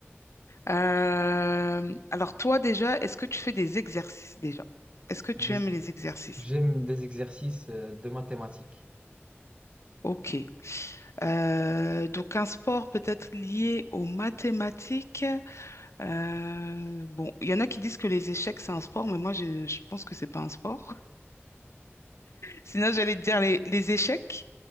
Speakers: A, on the left (about 85°); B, on the right (about 25°).
A: Euh, alors toi déjà, est-ce que tu fais des exercices déjà? Est-ce que tu
B: Des-
A: aimes les exercices?
B: J'aime des exercices euh, de mathématiques.
A: Ok. Euh, donc un sport peut-être lié aux mathématiques. Euh, bon, il y en a qui disent que les échecs c'est un sport, mais moi je, je pense que c'est pas un sport. Sinon, j'allais te dire les, les échecs,